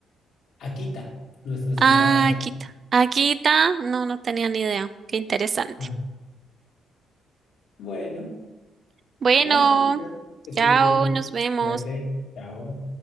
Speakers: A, on the left; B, on the right.
A: Akita, Nuestra Señora
B: Ah,
A: de Akita.
B: Akita. Akita, no, no tenía ni idea. Qué interesante.
A: Ah, Bueno,
B: Bueno,
A: gracias, Lina. Que
B: chao,
A: estés bien.
B: nos vemos.
A: Cuídate. Chao.